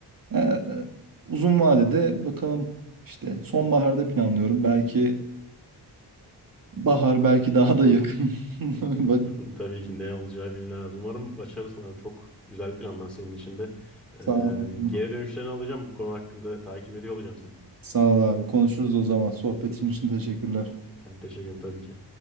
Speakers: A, on the right; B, in the centre.
A: e, e, uzun vadede bakalım işte sonbaharda planlıyorum. Belki bahar belki daha
B: Hı hı.
A: da yakın. <laughs>
B: <laughs>
A: Bak
B: Tabii ki ne olacağı bilinmez. Umarım başarırsın abi. Çok güzel planlar senin için de. Ee,
A: sağ ol. abi.
B: geri dönüşlerini alacağım. Bu konu hakkında takip ediyor olacağım seni.
A: Sağ ol abi. Konuşuruz o zaman. Sohbetin için teşekkürler.
B: Ben teşekkür ederim tabii ki.